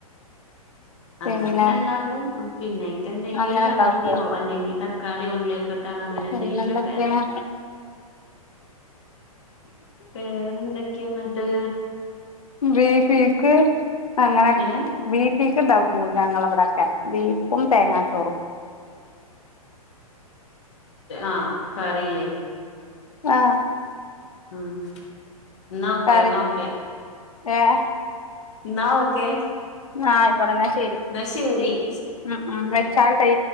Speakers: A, on the left (about 50°); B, on the left (about 70°).
A: അതങ്ങനെണ്ടാകുമ്പോ
B: പിന്നെ
A: പിന്നെ എന്തെങ്കിലും
B: അങ്ങനെ
A: ചമ്മന്തിയോ
B: ഉണ്ടാക്കും
A: അല്ലെങ്കി തക്കാളിയോ ഉള്ളിക്ക ഇപ്പത്ത അങ്ങനെന്തെങ്കിലൊക്കെ
B: പിന്നെന്തൊക്കെയാണ്
A: വേറെന്തെക്കെയാന്നിട്ട്
B: വേറേക്ക അങ്ങനെ
A: ഏ
B: <unintelligible> ഞങ്ങളവിടൊക്കെ ബീഫും തേങ്ങാച്ചോറും
A: ആഹ് കറില്ലേ
B: ആഹ്
A: ആഹ് ന്നോക്കെ
B: കറി
A: ന്നോക്കെ
B: ഏഹ്
A: എന്നാ ഓക്കെ
B: ആഹ് ഇവടന്നെ ശരി
A: എന്നാ ശരി
B: മ്മ്ഹ് മ്മ്ഹ് വെച്ചാൽട്ടേ